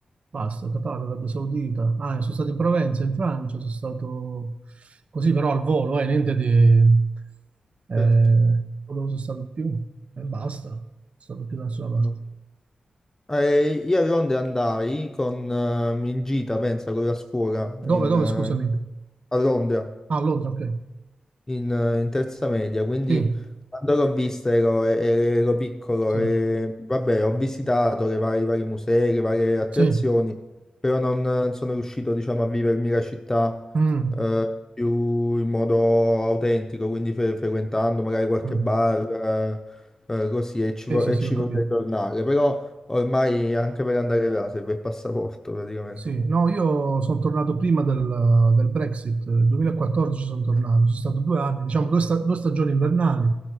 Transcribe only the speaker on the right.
basta, Qatar, Arabia Saudita, ah, e sono stato in Provenza, in Francia, sono stato così però al volo, eh, niente di... eh,
dove sono stato più? E basta, non sono stato più da nessuna parte.
Dove,
dove,
scusami?
Ah, a Londra, ok.
Sì,
sì,
sì.
Mm,
mm.
Sì,
sì,
sì,
ho capito.
Sì, no, io sono tornato prima del, del Brexit, nel 2014 sono tornato, sono stato due anni, diciamo due, sta- due stagioni invernali.